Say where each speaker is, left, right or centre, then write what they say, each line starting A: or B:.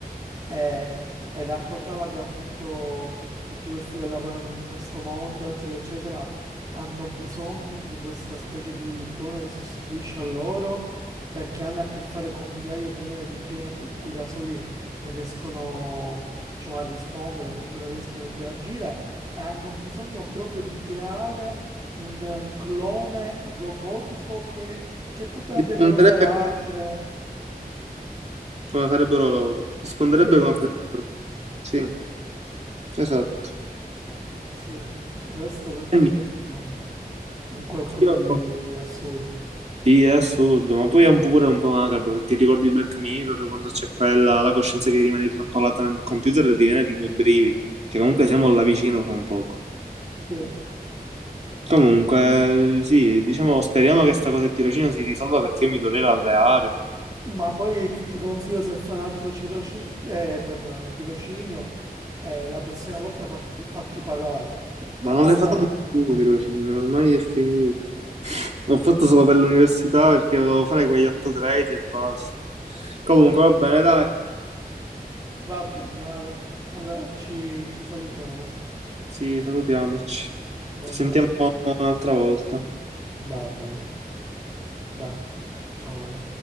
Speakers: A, on the right; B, on the right.
A: E, e raccontava che appunto tutti questi che lavorano in questo mondo, eccetera, eccetera, hanno bisogno di questa specie di clone che si sostituisce a loro perché hanno a che fare con migliaia e migliaia di clienti a cui da soli non riescono, diciamo, a rispondere, con cui non riescono a interagire e hanno bisogno proprio di creare un eh, clone robotico che, che proprio
B: risponderebbe
A: abbia il loro carattere.
B: come farebbero loro. Risponderebbe
A: Sì,
B: come farebbero loro. Sì,
A: sì.
B: esatto.
A: Sì, il resto penso
B: E niente,
A: sia um, un qualcosa
B: io-
A: di assurdo.
B: Sì, è assurdo, ma poi è un po' pure un po' macabro, se ti ricordi Black Mirror, quando c'è quella, la coscienza che rimane trappolata nel computer, ti viene tipo i brividi, che comunque siamo là vicino fra un poco.
A: Sì.
B: Comunque, sì, diciamo, speriamo che sta cosa del tirocinio si risolva perché io mi dovrei laureare.
A: Ma poi ti consiglio se fai un altro tirocinio, eh, perdonami, tirocinio, eh, la prossima volta farti- fatti pagare, <laughs>
B: Ma non
A: almeno.
B: le faranno più tirocinio, ormai è finito. L'ho fatto solo per l'università perché dovevo fare quegli otto crediti e basta. Comunque, va
A: Ok.
B: bene, dai.
A: Va bene, Ale. Allora ci, ci salutiamo.
B: Sì, salutiamoci.
A: Va
B: Ci sentiamo
A: bene,
B: un'altra volta.
A: va bene. Dai, ciao Ale.